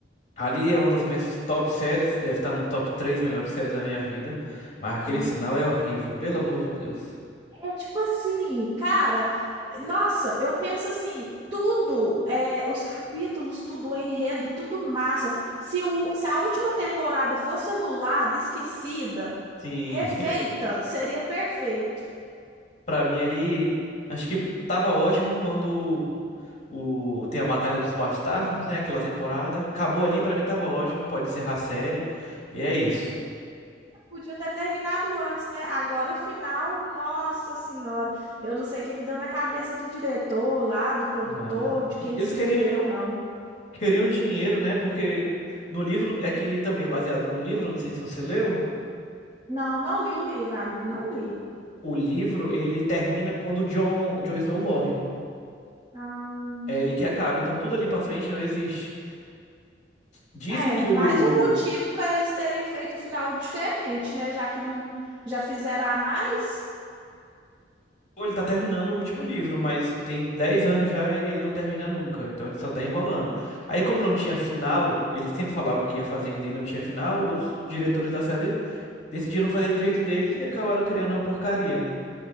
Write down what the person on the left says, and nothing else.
Ali é uma das minhas top séries, deve estar no top 3 melhores séries da minha vida. Mas aquele
sinal é horrível, pelo amor de Deus.
Sim.
Pra mim ali, acho que tava ótimo quando o tem a Batalha dos Bastardos, né? Aquela temporada. Acabou ali, pra mim tava ótimo, pode encerrar a série. E é isso.
Na-
Eles
queriam,
queriam dinheiro, né? Porque no livro, é que também é baseado no livro, não sei se você leu.
O livro, ele termina quando o Jon, o Jon Snow morre.
É ali que acaba. Então tudo ali pra frente não existe. Dizem
que
o,
Pô, Ele tá terminando o último livro, mas tem 10 anos já e ele não termina nunca, então ele só tá enrolando. Aí, como não tinha final, ele sempre falava que ia fazer ainda e não tinha final, os diretores da série decidiram fazer do jeito deles e acabaram criando uma porcaria, né?